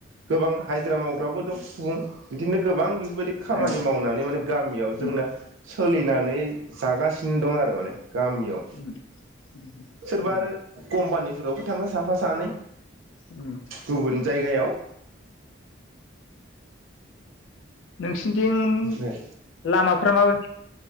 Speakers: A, on the right; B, on the left.
A: गोबां हाजिरा मावग्राबो दं सुबुं बिदिनो गोबां बेफोरबायदि खामानि
B: ए
A: मावनानै माने गामियाव
B: उम
A: जोंना सोलिनानै जागासिनो दं आरो माने गामियाव
B: उम उम
A: सोरबा
B: औ
A: आरो कम्पानि फ्रावबो थाङो साफा सानै
B: उम
A: गुबुन जायगायाव
B: नोसि बिथिं
A: ओमफ्राय
B: लामाफ्रा माबायदि